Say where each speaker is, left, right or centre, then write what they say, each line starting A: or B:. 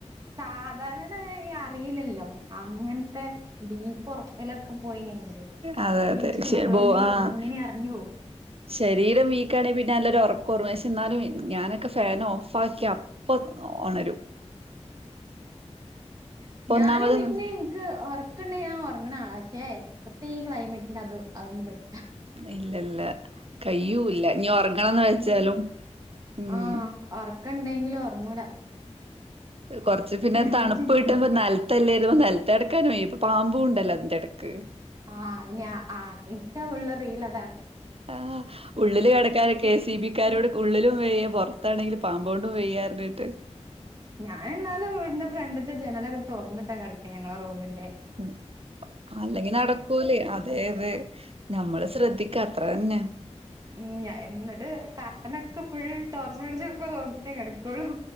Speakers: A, on the right; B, on the right.
A: സാധാരണ <unintelligible> അറിയില്ലല്ലോ അങ്ങനത്തെ ഡീപ് ഉറ <inaudible> പോയിനെങ്കില്
B: അതെ
A: ഇത്
B: അതെ
A: ഈ ചൂടുകൊണ്ട്
B: ശെ ബോ ആഹ്
A: എങ്ങനെ അറിഞ്ഞോവും
B: ശരീരം വീക്കാണെങ്കിൽ പിന്നെ നല്ലൊരു ഉറ <unintelligible> എന്നാലും ഞാനൊക്കെ ഫാൻ ഓഫ് ആക്കിയാ അപ്പൊ ഉണരും ഇപ്പൊ
A: ഞാന്
B: ഒന്നാമത്
A: പിന്നെ എനിക്ക് ഉറക്കണ്ടേ ഞാൻ ഉറങ്ങണ ആളാ പക്ഷേ ഇപ്പൊത്തെ ഈ ക്ലൈമറ്റിൽ അതും അതൊന്നും പറ്റൂല
B: ഇല്ലില്ല കയ്യൂല്ല ഇനി ഉറങ്ങണന്ന് വെച്ചാലും
A: കഴിയൂല
B: ഉം
A: ആഹ് ഒറക്കണ്ടെങ്കിലും ഉറങ്ങൂല
B: കൊറച്ച് പിന്നെ
A: എണീച്ചിരിക്കും
B: തണുപ്പ് കിട്ടുമ്പോമ ന നിലത്തല്ലായിരുന്നു നിലത്തെടക്കാനും വയ്യ ഇപ്പൊ പാമ്പും ഉണ്ടല്ലോ അതിന്റെ ഇടക്ക്
A: ആ ഇ ആ ഇൻസ്റ്റ ഫുള്ള് റീലാ
B: ആ ഉള്ളിൽ കിടക്കാനൊക്കെ കെ എസ് ഇ സി ബിക്കാരോട് ഉള്ളിലും <inaudible> പുറത്താണെങ്കിൽ പാമ്പോണ്ടും വയ്യാർഞ്ഞിട്ട്
A: ഞാൻ എന്നാ വീടിന്റെ ഫ്രണ്ടിത്തെ ജനലൊക്കെ തുറന്നിട്ടാ കിടക്കാ ഞങ്ങള് റൂമില്
B: ഉം അല്ലെങ്കിൽ നടക്കൂലേ അതെ അതെ ഞമ്മള് ശ്രദ്ധിക്ക അത്ര തന്നെ
A: ഉം എന്നിട്ട് കർട്ടനൊക്കെ ഫുൾ ടോർച്ചടിച്ചൊക്കെ നോക്കിട്ടേ കിടക്കുള്ളൂ